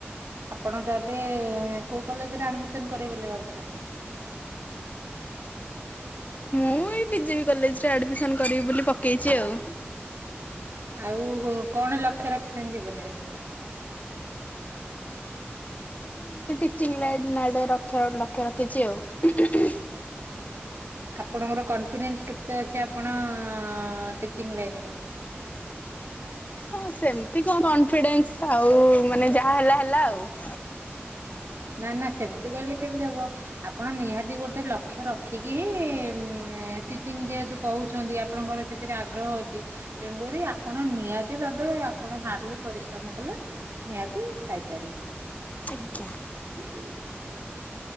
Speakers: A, on the right; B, on the left.
A: ଆପଣ ତାହେଲେ କୋଉ କଲେଜରେ ଆଡ଼ମିସନ୍ କରିବେ ବୋଲି ଭାବୁଛନ୍ତି?
B: ମୁଁ ଏଇ ବିଜେପି କଲେଜ ରେ ଆଡମିଶନ୍ କରିବି ବୋଲି ପକ କେଇଚି ଆଉ।
A: ଆଉ କଣ ଲକ୍ଷ୍ୟ ରଖିଛନ୍ତି ଜୀବନରେ?
B: ଏମତି ଟିଚିଂ ଲାଇନ <unintelligible> ଲକ୍ଷ ରଖିଛି ଆଉ
A: ଆପଣଙ୍କର କନଫିଡେଣ୍ଟ କେତେ ଅଛି ଆପଣ ଟିଚିଂ ଲାଇନରେ।
B: ହଁ ସେମିତି କଣ କନଫିଡେନ୍ସ ଆଉ ମାନେ ଯାହାହେଲା ହେଲା ଆଉ। <inaudible>
A: ନା ନା ସେମିତି କହିଲେ କେମିତି ହବ ଆପଣ ନିହାତି ଗୋ ଟେ ଲକ୍ଷ୍ୟ ରଖିକି ହିଁ ଟିଚିଂ ଯେହେତୁ କହୁଛନ୍ତି ଆପଣଙ୍କର ସେଥିରେ ଆଗ୍ରହ ଅଛି। ତେଣୁକରି ଆପଣ ନିହାତି ଭାବେ ଆପଣ ହାଡ୍ଲି। ପରିଶ୍ରମ କଲେ ନିହାତି ପାଇପାରିବେ।
B: ଆଜ୍ଞା।
A: <inaudible>